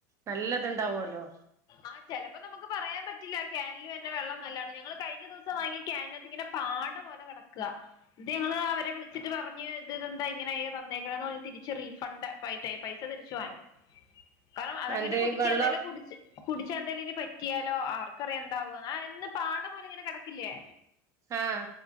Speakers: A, on the right; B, on the left.
A: നല്ലത് ണ്ടാവോലോ
B: ആഹ് ചെലപ്പോ നമ്മക്ക് പറയാൻ പറ്റില്ല ക്യാനില് വരുന്ന വെള്ളം നല്ലാണ് ഞങ്ങള് കഴിഞ്ഞ ദിവസം വാങ്ങിയ ക്യാനാത്ത്ങ്ങനെ. പാട പോലെ കെടക്ക നട്ട് ഞങ്ങള് അവരെ വിളിച്ചിട്ട് പറഞ്ഞു ഇത് തെന്താ ഇങ്ങനെ. തന്നേക്കണെന്ന് പറഞ്ഞ് തിരിച്ച് റീഫണ്ട് പൈ സെ പൈസ തിരിച്ച് വാങ്ങി കാരണം അതങ്ങനെ.
A: എന്ത്
B: ഇക്ക്
A: വെള്ളം
B: ന്തേലും. കുടിച്ച് കുടിച്ചാ എന്തേലും ഇനി പറ്റിയാലോ ആർക്കറിയാം എന്താവാന്ന് ന്ന് പാട പോലെ ഇങ്ങനെ കെടക്കില്ലേ.
A: ആഹ്.